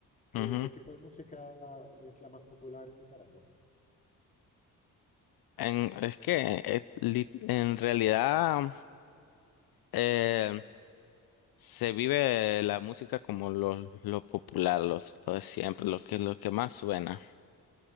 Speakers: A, on the left; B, on the left.
A: ¿Qué,
B: Ujú.
A: qué tipo de música es la más popular en Nicaragua?
B: En, es que eh, li- en realidad eh, se vive la música como lo, lo popular, los- lo de siempre, lo que lo que más suena.